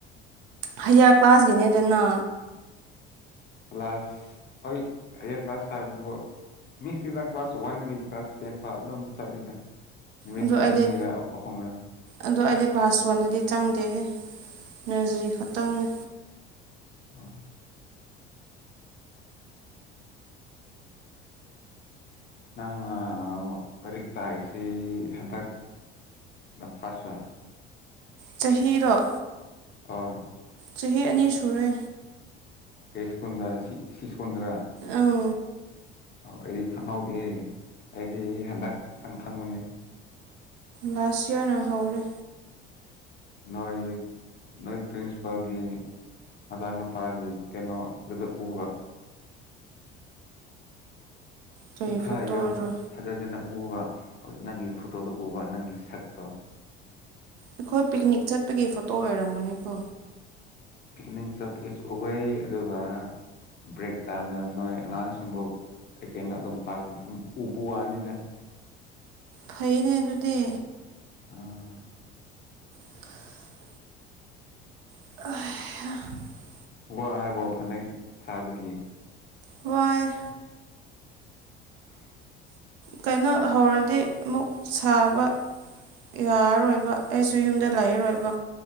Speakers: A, on the right; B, on the left.
A: ꯍꯌꯥꯔ ꯀ꯭ꯂꯥꯁꯀꯤꯅꯦꯗꯅ
B: ꯀ꯭ꯂꯥꯁ ꯑꯩ ꯀ꯭ꯂꯥꯁ ꯐꯥꯏꯕꯕ ꯃꯤꯁꯁꯤꯗ ꯀ꯭ꯂꯥꯁ ꯋꯥꯟꯗꯒꯤ ꯀ꯭ꯂꯥꯁ ꯇꯦꯟ ꯐ ꯑꯗꯨꯝ ꯆꯠꯂꯤꯗ ꯅꯨꯃꯤꯠ
A: ꯑꯗꯣ
B: ꯑꯅꯤꯔꯥ
A: ꯑꯩꯗꯤ
B: ꯑꯍꯨꯝꯔ
A: ꯑꯗꯣ ꯑꯩꯗꯤ ꯀ꯭ꯂꯥꯁ ꯋꯥꯟꯗꯗꯤ ꯆꯪꯗꯦꯍ ꯅꯔꯖꯔꯤ ꯈꯛꯇꯪꯅꯦ
B: ꯎꯝ ꯅ ꯂꯥꯏꯔꯤꯛ ꯇꯥꯏꯁꯤ ꯍꯟꯗꯛ ꯗ ꯐꯥꯔꯁ ꯑꯣꯏꯅ
A: ꯆꯔꯣ
B: ꯍꯣꯏ
A: ꯆꯍꯤ ꯑꯅꯤ ꯁꯨꯔꯦ
B: ꯀꯁꯀꯗ꯭ꯔ ꯁꯤ ꯁꯤꯁꯗ꯭ꯔ
A: ꯑꯪ
B: ꯑꯧ ꯑꯩꯗꯤ ꯈꯪꯍꯧꯗꯦ ꯑꯩꯗꯤ ꯍꯟꯗꯛ ꯈꯛꯇꯪ ꯈꯪꯕꯨꯅꯦ
A: ꯂꯁꯤꯌꯥꯅ ꯍꯧꯔꯦ
B: ꯅꯣꯏ ꯅꯣꯏ ꯄ꯭ꯔꯤꯟꯁꯤꯄꯥꯜꯒꯤ ꯃꯆꯥꯅꯨꯄꯥꯒꯤ ꯀꯩꯅꯣꯗꯨꯗ ꯎꯕ
A: ꯀꯩ
B: ꯏꯊ
A: ꯐꯣꯇꯣꯔꯣ
B: ꯌꯥꯝ ꯊꯥꯖꯗꯅ ꯎꯕ ꯍꯣꯏ ꯅꯪꯒꯤ ꯐꯣꯇꯣꯗꯣ ꯎꯕ ꯅꯪꯒꯤ ꯁꯛꯇꯣ
A: ꯑꯩꯈꯣꯏ ꯄꯤꯛꯅꯤꯛ ꯆꯠꯄꯒꯤ ꯐꯣꯇꯣ ꯑꯣꯏꯔꯝꯒꯅꯤ ꯀꯣ
B: ꯄꯤꯛꯅꯤꯡ ꯁꯞ ꯀꯁꯨ ꯎꯩ ꯑꯗꯨꯒ ꯕ꯭ꯔꯦꯛ ꯇꯥꯝꯗ ꯅꯣꯏ ꯑꯉꯥꯡꯁꯤꯡꯕꯨ ꯑꯩꯀꯩꯅꯩꯅ ꯑꯗꯨꯝ ꯇꯥꯛꯄꯗ ꯑꯗꯨꯝ ꯎꯕ ꯋꯥꯅꯤꯗ
A: ꯐꯩꯅꯦ ꯑꯗꯨꯗꯤ
B: ꯑꯥ
A: <inaudible> <unintelligible>
B: ꯋꯥ ꯍꯥꯏꯕꯣ ꯐꯅꯦꯛ ꯁꯥꯥꯕꯒꯤ
A: ꯋꯥꯏ
B: <inaudible>
A: ꯀꯩꯅꯣ ꯍꯧꯔꯗꯤ ꯑꯃꯨꯛ ꯁꯥꯕ ꯌꯥꯔꯔꯣꯏꯕ ꯑꯩꯁꯨ ꯌꯨꯝꯗ ꯂꯥꯛꯔꯔꯣꯏꯕ